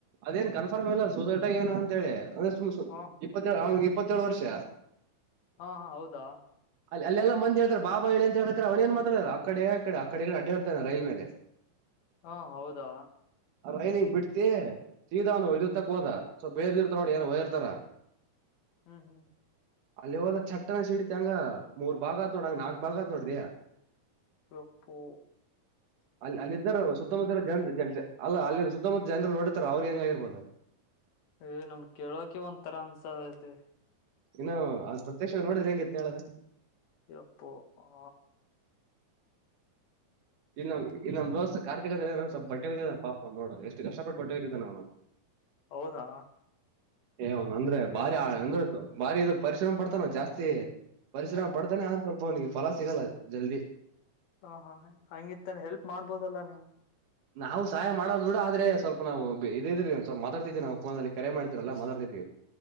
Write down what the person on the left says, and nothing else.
ಹಾ
ಹಾ ಹಾ ಹೌದಾ.
ಹಾ ಹೌದಾ.
ಹ್ಮ್ ಹ್ಮ್-
ಹೋಪೋ.
ಏ್ ನಮ್ ಕೇಳೋಕೆ ಒಂದ್ ತರ ಅನ್ಸತಿ.
ಎಪ್ಪೋ ಹಾ.
ಹ್ಮ್
ಹೌದಾ?.
ಇ
ಹ ಹ
ಹಾ ಹಾ ಹಂಗಿತ್ತಾನೆ ಹೆಲ್ಪ್ ಮಾಡ್ಬೋದಲ್ಲಾ ನೀವು.
ಇಸ್.